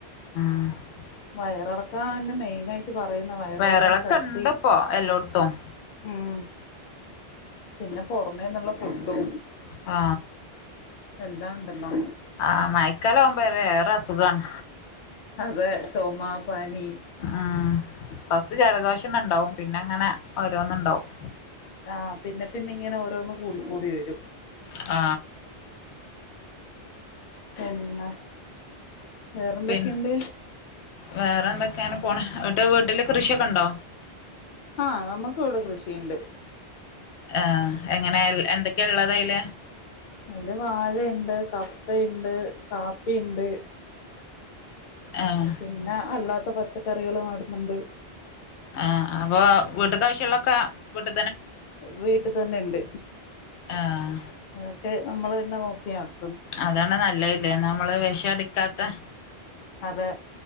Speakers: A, on the left; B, on the left.
A: <unintelligible> <inaudible>
B: വയറിളക്കാൻ മെയിൻ ആയി റ്റ് പറയുനെ വയറിളക്കാൻ
A: വയറിളക്കം
B: ശറതി
A: ഇണ്ട്പ്പോ എല്ലോട്ത്തും.
B: ഹ്മ്മ് പിന്നെ പുറമേ നിന്നുള്ള ഫുഡും
A: ആ
B: എല്ലാം ഉണ്ടല്ലോ
A: ആ മഴ കാലം ആകുമ്പേ വേറെ അസുഖണ്
B: അതെ ചുമ പനി
A: അഹ് ഫസ്റ്റ് ജലദോഷം ഉണ്ടാവും പിന്നെങ്ങനെ ഓരോന്നുണ്ടാവും
B: ആ പിന്നെ പിന്നെ ഇങ്ങനെ ഓരോന്ന് കൂടി കൂടി വരും
A: ആ
B: എന്നാ വേറെ എന്തൊക്കെയുണ്ട്
A: പിൻ വേറെ എന്തൊക്കെയാണ് പോന്ന് വീട്ടിൽ കൃഷിയക്കുണ്ടോ
B: ആ നമുക്ക് ഇവിടെ കൃഷിഇണ്ട്
A: ആഹ് എങ്ങനെ എന്തൊക്കെയ ഉള്ളത് അയിൽ
B: അതിൽ വാഴ ഇണ്ട് കപ്പ ഇണ്ട് കാപ്പിണ്ട്
A: ഏഹ്
B: പിന്നെ അല്ലാ പച്ചക്കറികളും നടുന്നുണ്ട്
A: അ അപ്പൊ വീട്ടിക് ആവിശ്യ‌യുള്ളക്ക അവീട
B: വീട്ടിതന്നെണ്ട്
A: ആഹ്
B: അതക്കെ നമ്മളെ തന്നെ നോക്കിയാണ്
A: അതാണ് നല്ലലെ നമ്മൾ വേഷഎടുക്കാത്ത
B: അതെ